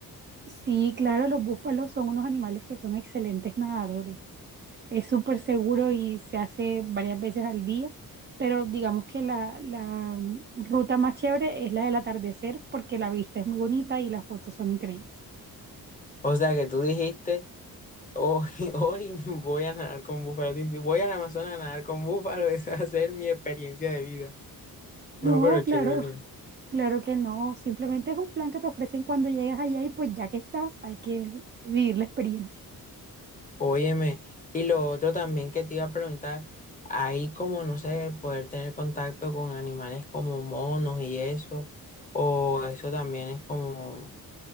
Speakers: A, on the right; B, on the left.
A: Sí, claro, los búfalos son unos animales que son excelentes nadadores. Es súper seguro y se hace varias veces al día, pero digamos que la, la mm, ruta más chévere es la del atardecer porque la vista es muy bonita y las fotos son increíbles.
B: O sea, que tú dijiste, hoy, <laughs> hoy voy a nadar con búfalo. Dices, voy al Amazonas a nadar con búfalo, <laughs> esa va a ser mi experiencia de vida.
A: No,
B: No, pero
A: claro,
B: chévere.
A: <laughs> claro que no. Simplemente es un plan que te ofrecen cuando llegas allá y pues ya que estás, hay que vivir la experiencia.
B: Óyeme, y lo otro también que te iba a preguntar, ahí como, no sé, poder tener contacto con animales como monos y eso, o eso también es como,